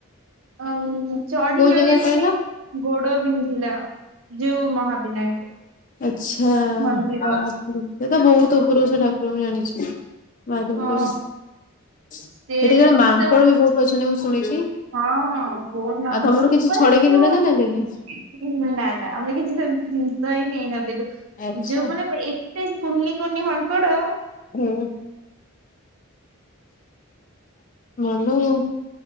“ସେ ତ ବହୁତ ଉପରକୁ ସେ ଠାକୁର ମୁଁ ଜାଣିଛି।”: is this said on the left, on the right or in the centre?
Left